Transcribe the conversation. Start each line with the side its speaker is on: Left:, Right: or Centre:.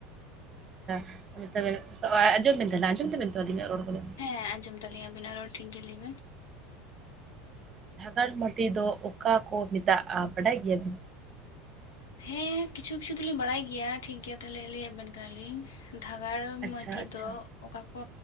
Right: ᱟᱪᱪᱷᱟ ᱛᱚᱵᱮ ᱟᱸᱡᱚᱢ ᱵᱮᱱ ᱛᱟᱦᱚᱞᱮ, ᱟᱸᱡᱚᱢ ᱛᱟᱵᱮᱱ ᱛᱚ ᱟᱹᱞᱤᱧᱟᱜ ᱨᱚᱲ ᱠᱚᱫᱚ
Left: ᱦᱮᱸ ᱟᱸᱡᱚᱢ ᱫᱟᱹᱞᱤᱧ ᱟᱵᱮᱱᱟᱜ ᱨᱚᱲ᱾ ᱴᱷᱤᱠ ᱜᱮ ᱞᱟᱹᱭ ᱵᱮᱱ
Right: ᱫᱷᱟᱜᱟᱲ ᱢᱟᱴᱤ ᱫᱚ ᱚᱠᱟ ᱠᱚ ᱢᱮᱛᱟᱜᱼᱟ? ᱵᱟᱰᱟᱭ ᱜᱮᱭᱟ
Left: ᱦᱮᱸ ᱠᱤᱪᱷᱩ ᱠᱤᱪᱷᱩ ᱫᱚᱞᱤᱧ ᱵᱟᱲᱟᱭ ᱜᱮᱭᱟ, ᱴᱷᱤᱠ ᱜᱮᱭᱟ ᱛᱟᱦᱚᱞᱮ ᱞᱟᱹᱭ ᱟᱵᱮᱱ ᱠᱟᱱᱟ ᱞᱤᱧ ᱫᱷᱟᱜᱟᱲ
Right: ᱟᱪᱪᱷᱟ
Left: ᱢᱟᱹᱴᱤ
Right: ᱟᱪᱪᱷᱟ
Left: ᱫᱚ ᱚᱠᱟ ᱠᱚ